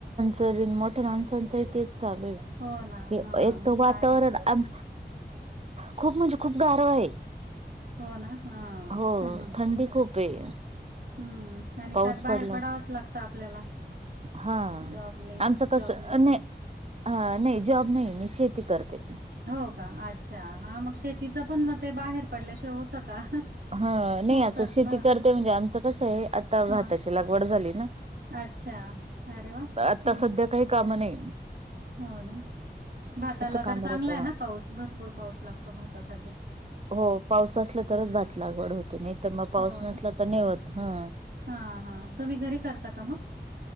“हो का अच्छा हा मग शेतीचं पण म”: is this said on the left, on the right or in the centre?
Right